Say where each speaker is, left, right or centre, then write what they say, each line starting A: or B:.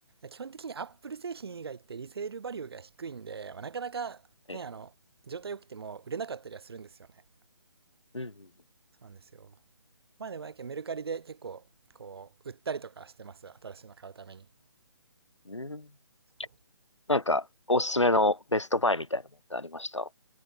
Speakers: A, on the right (about 60°); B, on the left (about 85°).
A: 基本的に Apple 製品以外ってリセールバリューが低いんで、まあなかなかね、
B: ええ。
A: あの、状態良くても売れなかったりはするんですよね。
B: うん
A: そうなんですよ。まあでもやけんメルカリで結構、こう、売ったりとかしてます。新しいの買うために。
B: うんうん。うん
A: そう
B: なんか、おすすめのベストバイみたいなのってありました